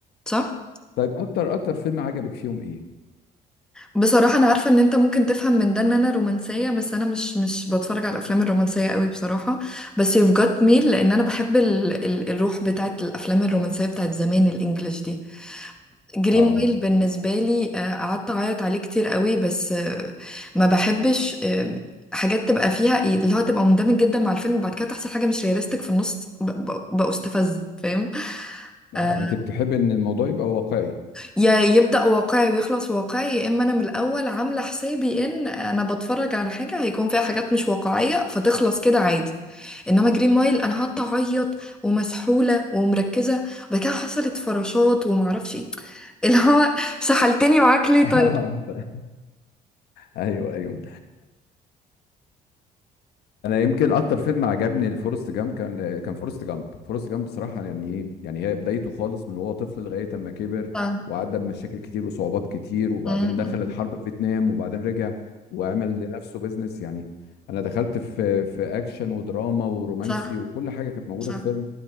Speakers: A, in the centre; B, on the left.
A: صح
B: طيب اكتر اكتر فيلم عجبك فيهم ايه
A: بصراحة أنا عارفة إن أنت ممكن تفهم من ده إن أنا رومانسية بس أنا مش مش بتفرج على الأفلام الرومانسية قوي بصراحة بس You've Got Mail لأن أنا بحب ال ال الروح بتاعت الأفلام الرومانسية بتاعت زمان الإنجليش دي جريمويل
B: اه
A: بالنسبة لي آه، قعدت أعيط عليه كتير قوي بس آه، ما بحبش آه، حاجات تبقى فيها إيه اللي هو تبقى مندمج جدا مع الفيلم بعد كده تحصل حاجة مش رياليستيك في النص ب- ب- بستفز فاهم
B: اه
A: آه،
B: انت بتحب ان الموضوع يبقى واقعي
A: يا يبدأ واقعي ويخلص واقعي يا إما أنا من الأول عاملة حسابي إن أنا بتفرج على حاجة هيكون فيها حاجات مش واقعية فتخلص كده عادي انما جرين مايل انا قعدت اعيط ومسحوله ومركزه وبعد كده حصلت فراشات ومعرفش ايه اللي هو سحلتني معاك ليه
B: <laughs>
A: طيب
B: ايوه ايوه انا يمكن اكتر فيلم عجبني الفورست جامب كان كان فورست جامب فورست جامب بصراحه يعني ايه يعني هي بدايته خالص من وهو طفل لغايه اما كبر
A: صح
B: وعدى بمشاكل كتير وصعوبات كتير وبعدين
A: مم.
B: دخل الحرب في فيتنام وبعدين رجع وعمل لنفسه بيزنس يعني انا دخلت في في اكشن ودراما ورومانسي
A: صح
B: وكل حاجه كانت موجوده
A: صح
B: في فيلم